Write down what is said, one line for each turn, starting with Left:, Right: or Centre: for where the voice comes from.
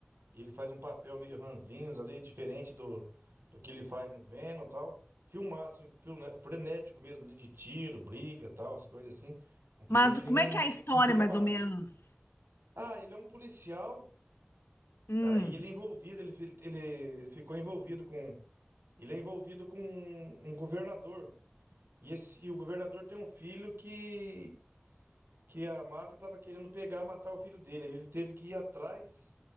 Right: E ele faz um papel meio ranzinhos ali, diferente do, do que ele faz no Venom e tal. Filmaço, um filme, né, frenético mesmo, ali de tiro, briga e tal, as coisas assim. Um filme
Left: Mas
Right: que
Left: como
Right: ele não,
Left: é que é a história,
Right: não fica
Left: mais
Right: parado.
Left: ou menos?
Right: Ah, ele é um policial,
Left: Hum.
Right: aí ele é envolvido, ele, fi- ele, ele ficou envolvido com. Ele é envolvido com um um governador. E, esse- e o governador tem um filho que, que a máfia estava querendo pegar, matar o filho dele. Aí Ele teve que ir atrás,